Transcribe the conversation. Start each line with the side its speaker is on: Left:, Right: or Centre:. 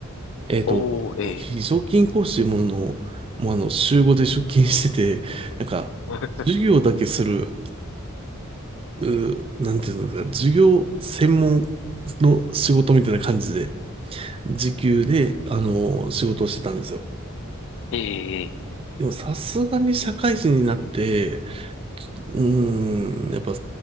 Right: えっと、
Left: おー、
Right: まあ、
Left: ええ、
Right: 非常勤講師というものの、もうあの、週5で出勤してて、なんか、
Left: <laughs>
Right: 授業だけする、う、う、なんていうんですか、授業専門の仕事みたいな感じで、時給で、あの、仕事をしてたんですよ。
Left: ええ、
Right: でも、さすがに社会人になって、うーん、やっぱ